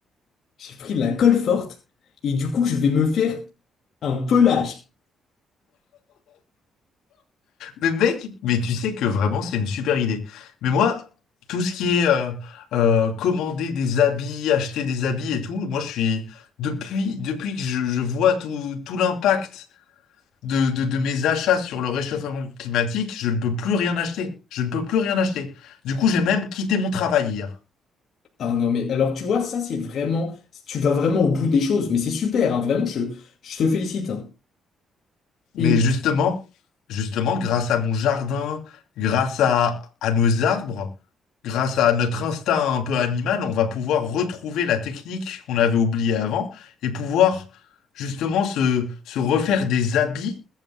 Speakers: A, on the left; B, on the left.
A: j'ai pris de la colle forte, et du coup, je vais me faire un pelage.
B: Mais mec, mais tu sais que vraiment c'est une super idée. Mais moi, tout ce qui est euh, euh, commander des habits, acheter des habits et tout, moi je suis depuis depuis que je, je vois tout, tout l'impact de, de, de mes achats sur le réchauffement climatique, je ne peux plus rien acheter. Je ne peux plus rien acheter. Du coup, j'ai même quitté mon travail hier.
A: Ah non, mais alors, tu vois, ça, c'est vraiment, tu vas vraiment au bout des choses, mais c'est super, hein, vraiment, je, je te félicite. hein.
B: Mais
A: Et,
B: justement, justement, grâce à mon jardin, grâce à, à nos arbres, grâce à notre instinct un peu animal, on va pouvoir retrouver la technique qu'on avait oubliée avant et pouvoir justement se, se refaire des habits